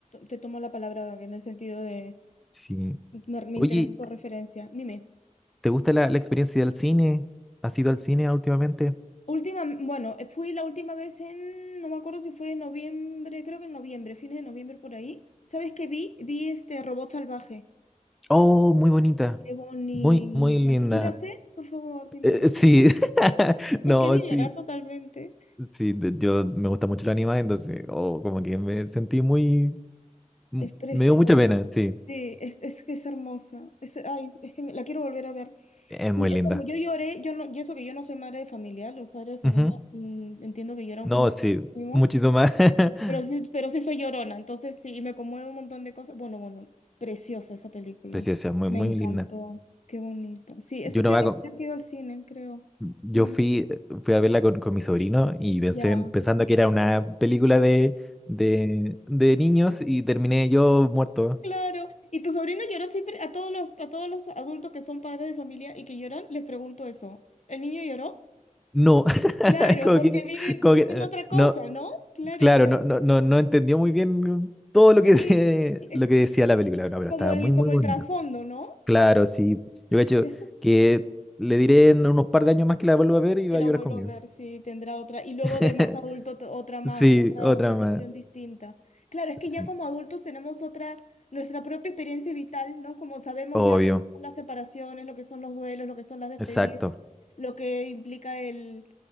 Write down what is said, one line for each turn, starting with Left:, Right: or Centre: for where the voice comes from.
Left: te tomo la palabra en el sentido de
Centre: Sí.
Left: Me, me
Centre: Oye,
Left: interesa tu referencia. Dime.
Centre: ¿te gusta la, la experiencia del cine? ¿Has ido al cine últimamente?
Left: Última, bueno, eh, fui la última vez en, no me acuerdo si fue en noviembre, creo que en noviembre, fines de noviembre por ahí. ¿Sabes qué vi? Vi este robot salvaje.
Centre: Oh, muy bonita.
Left: Qué bonita.
Centre: Muy, muy linda.
Left: ¿no? ¿Lloraste? Por favor, dime
Centre: Eh,
Left: que sí.
Centre: sí, <laughs> no,
Left: Es que he de
Centre: sí,
Left: llorar totalmente.
Centre: sí, de- yo me gusta mucho el anime, entonces, oh, como que me sentí muy, m-
Left: Es preciosa.
Centre: me dio mucha pena, sí,
Left: Sí, es, es que es hermosa. Es, ay, es que me- la quiero volver a ver.
Centre: es
Left: Sí,
Centre: muy
Left: es
Centre: linda.
Left: hermosa. Yo lloré, yo no, y eso que yo no soy madre de familia, los padres de familia
Centre: Ujú.
Left: mm, entiendo que lloran
Centre: No,
Left: muchísimo.
Centre: sí, muchísimo más. <laughs>
Left: Pero sí, pero sí soy llorona, entonces sí, y me conmueve un montón de cosas. Bueno, bueno, preciosa esa película.
Centre: Preciosa, muy,
Left: Me
Centre: muy
Left: encantó,
Centre: linda.
Left: qué bonito. Sí,
Centre: Yo,
Left: esa
Centre: no
Left: sí
Centre: va
Left: es
Centre: con-
Left: la que he ido al cine, creo.
Centre: yo
Left: Mm,
Centre: fui, eh, fui a verla con, con mi sobrino y pensé,
Left: ya,
Centre: pensando que era una película de, de, de niños y terminé yo muerto.
Left: claro. ¿Y tu sobrino lloró siempre? A todos los, a todos los adultos que son padres de familia y que lloran, les pregunto eso. ¿El niño lloró?
Centre: No, <laughs>
Left: Claro,
Centre: como
Left: porque
Centre: que,
Left: viven
Centre: como que,
Left: en
Centre: eh,
Left: otra cosa,
Centre: no.
Left: ¿no? Claro,
Centre: Claro,
Left: claro.
Centre: no, no, no, no entendió muy bien todo lo que,
Left: Sí,
Centre: <laughs> se-
Left: eh,
Centre: lo que decía la película, no, pero
Left: como
Centre: estaba
Left: el,
Centre: muy, muy
Left: como
Centre: bonito.
Left: el trasfondo, ¿no?
Centre: Claro, sí. Yo cacho
Left: ¿Crees tú?
Centre: que le diré en unos par de años más que la vuelva a ver y
Left: que
Centre: va
Left: la
Centre: a llorar
Left: vuelvo
Centre: conmigo.
Left: a ver, si tendrá otra. Y luego
Centre: <laughs>
Left: de más adulto, t- otra más,
Centre: Sí,
Left: otra,
Centre: otra
Left: otra
Centre: más.
Left: visión distinta. Claro, es
Centre: Sí,
Left: que ya como adultos tenemos otra, nuestra propia experiencia vital, ¿no? Como sabemos
Centre: obvio.
Left: ya lo que son las separaciones, lo que son los duelos, lo que son las despedidas,
Centre: Exacto,
Left: lo que implica el